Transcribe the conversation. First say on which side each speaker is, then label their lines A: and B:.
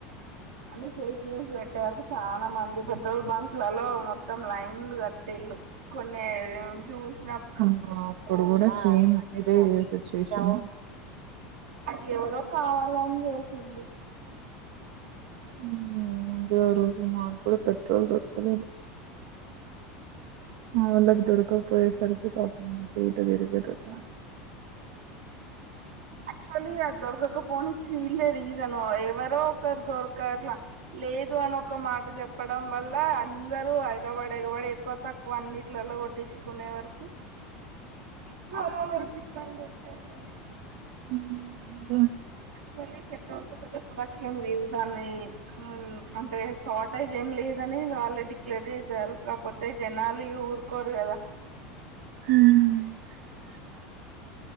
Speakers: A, on the right (about 80°); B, on the right (about 65°).
A: అని ఫేక్ న్యూస్ పెట్టే వరక్ <unintelligible> చాలా మంది పెట్రోల్ బంక్ లలో మొత్తం లైన్లు కట్టీలు కొన్ని చుస్
B: అ అప్పుడుగుడా సేమ్ ఏదో ఈ సిచువేషన్
A: అది ఎవరో కావాలన్ చెస్ తుండ్లు
B: ఉమ్ ముందే ఆ రోజు మాకు కూడా పెట్రోల్ దొరకలేదు ఆ వందక్ దొరక్ అ పోయే సరికి పాపం <unintelligible> వెరుగ పచ్చ
A: యాక్చువల్లీ అది దొరకకపోని ఫీల్లే రీజన్ ఎవరో ఒకరు దొరకట్ల లేదు అని ఒక మాట చెప్పడం వల్ల అందరుూ ఎగబడి ఎగబడి ఎక్కువ తక్కువ అన్నిట్లో కొట్టించుకునే వరకు సోమవారికి ఇబ్బంది వచ్చేసింది
B: ఉ ఉమా
A: యాక్చువల్లీ పెట్రోల్ తో పద్ద అవట్లు ఏం లేదు బాగున్నాయి ఉమ్ అంటే షార్టేజ్ ఏం లేదని వాళ్ళే డిక్లేర్ చేసారు కాకపోతే జనాలు ఊరుకోరు కదా
B: హ్మ్